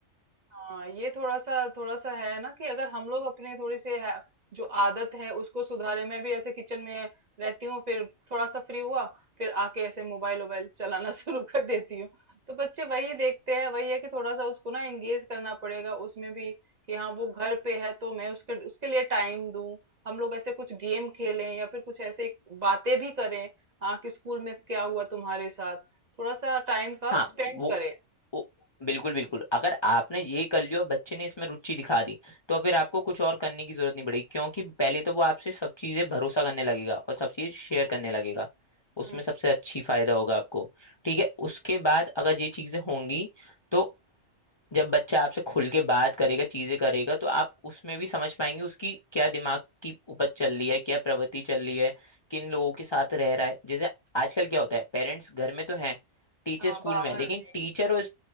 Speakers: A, on the right; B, on the left.
A: हाँ ये थोड़ा सा थोड़ा सा है ना कि अगर हम लोग अपने थोड़ी सी है, जो आदत है उसको सुधारे मैं भी ऐसे किचन में रहती हूँ फिर थोड़ा सा फ्री हुआ फिर आके ऐसे मोबाइल वोबाइल चलाना <laughs> शुरू कर देती हूँ तो बच्चे वही देखते हैं वही है कि थोड़ा सा उसको ना एंगेज करना पड़ेगा उसमें भी कि हाँ वो घर पे है तो मैं उसके उसके लिए टाइम दूं हम लोग ऐसे कुछ गेम खेलें या फिर कुछ ऐसे बातें भी करें हाँ कि स्कूल में क्या हुआ तुम्हारे साथ थोड़ा सा टाइम का
B: हाँ
A: स्पेंड
B: वो
A: करें
B: वो बिल्कुल बिल्कुल अगर आपने ये कर लिया और बच्चे ने इसमें रुचि दिखा दी तो फिर आपको कुछ और करने की जरूरत नहीं पड़ेगी क्योंकि पहले तो वो आपसे सब चीजें भरोसा करने लगेगा और सब चीजें शेयर करने लगेगा उसमें
A: हम्म,
B: सबसे अच्छी फायदा होगा आपको ठीक है उसके बाद अगर ये चीजें होंगी तो जब बच्चा आपसे खुल के बात करेगा चीजें करेगा तो आप उसमें भी समझ पाएंगे उसकी क्या दिमाग की उपज चल रही है क्या प्रवृत्ति चल रही है किन लोगों के साथ रह रहा है जैसे आजकल क्या होता है पेरेंट्स घर में तो हैं टीचर
A: हाँ
B: स्कूल
A: बाहर
B: में है लेकिन
A: नहीं
B: टीचर और